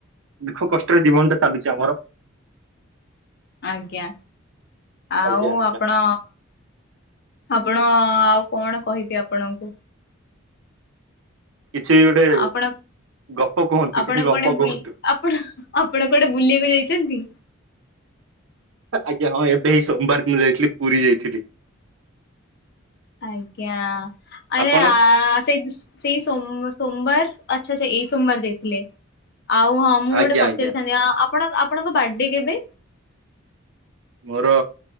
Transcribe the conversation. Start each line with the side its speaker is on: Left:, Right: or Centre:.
Right: ଦୁଃଖ କଷ୍ଟରେ ଜୀବନ ଟା ଚାଲୁଛି ଆମର।
Left: ଆଜ୍ଞା! ଆଉ
Right: ଆଜ୍ଞା ଆଜ୍ଞା।
Left: ଆପଣ ଆପଣ ଆଉ କଣ କହିବେ ଆପଣଙ୍କୁ।
Right: କିଛିି ଗୋଟେ
Left: ଆପଣ
Right: ଗପ କୁହନ୍ତୁ
Left: ଆପଣ
Right: କିଛି
Left: କୁଉଆଡେ
Right: ଗପ
Left: ବୁଲି
Right: କୁହନ୍ତୁ।
Left: ଆପଣ-ଆପଣ କୁଆଡେ ବୁଲିବାକୁ ଯାଇଛନ୍ତି?
Right: ଆଜ୍ଞା ହଁ! ଏବେ ଏଈ ସୋମବାର ଦିନ ଯାଇଥିଲି ପୁରୀ ଯାଇଥିଲି।
Left: ଆଜ୍ଞା! ଆରେ
Right: ଆପଣ
Left: ଆ ସେ-ସେଇ ସୋମ-ସୋମବାର ଆଚ୍ଛା-ଆଚ୍ଛା ଏଇ ସୋମବାର ଯାଇଥିଲେ। ଆଉ ହଁ ମୁଁ
Right: ଆଜ୍ଞା
Left: ଗୋଟେ ପଚାରିଥାନ୍ତି
Right: ଆଜ୍ଞା
Left: ଆ ଆପଣ ଆପଣଙ୍କ ବାଡେ କେବେ?
Right: ମୋର